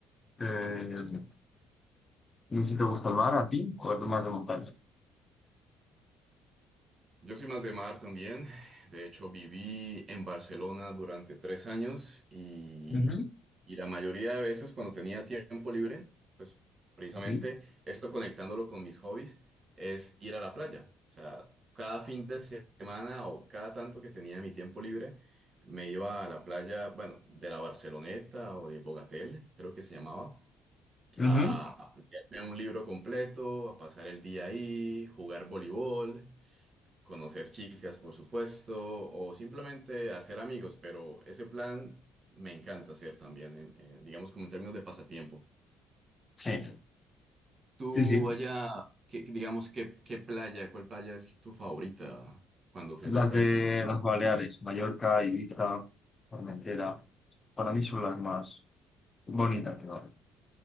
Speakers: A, on the left; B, on the right.
A: eh, no sé si te gusta el mar a ti o eres más de montaña.
B: Yo soy más de mar también. De hecho, viví en Barcelona durante tres años y,
A: Ujú.
B: y la mayoría de veces cuando tenía tiempo libre, pues precisamente
A: Sí.
B: esto conectándolo con mis hobbies es ir a la playa. O sea, cada fin de semana o cada tanto que tenía mi tiempo libre, me iba a la playa, bueno, de la Barceloneta o de Bogatel, creo que se llamaba,
A: Ujú.
B: a leerme un libro completo, a pasar el día ahí, jugar voleibol conocer chicas, por supuesto, o simplemente hacer amigos, pero ese plan me encanta hacer también, en- en, digamos como en términos de pasatiempo.
A: Sí,
B: Tú
A: sí, sí.
B: allá, ¿qué- digamos, qué, qué playa, cuál playa es tu favorita cuando se
A: Las
B: trata
A: de
B: de tu...
A: las Baleares, Mallorca, Ibiza, Formentera, para mí son las más bonitas, claro,